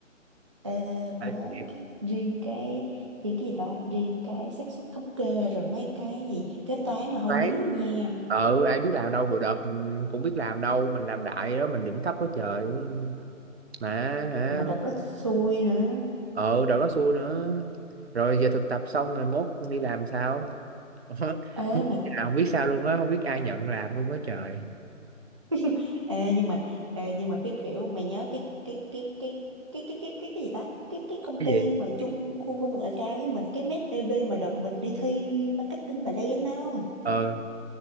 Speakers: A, on the right (about 25°); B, on the right (about 50°).
A: ờ má
B: Tại thiệt,
A: cái riêng cái riêng cái gì ta riêng cái xác suất thống kê rồi mấy cái gì kế toán là hơi
B: toán
A: nín nha
B: ờ ai biết làm đâu vừa đợt mình cũng biết làm đâu mình làm đại đó mình điểm thấp quá trời mà hả
A: mà đợt đó xui nữa
B: ờ đầu đó xui nữa rồi giờ thực tập xong rồi mốt đi làm sao Ờ,
A: ê
B: muốn
A: mà
B: cái nào không biết sao luôn á không biết ai nhận làm luôn á trời
A: <laughs> Ê, nhưng mà ê, nhưng mà cái kiểu mày nhớ cái cái cái cái cái cái cái cái cái gì ta cái cái công
B: cái
A: ty
B: gì
A: mà chung khu công nghệ cao với mình cái Med EV mà đợt mình đi thi marketing bà Lên không
B: ờ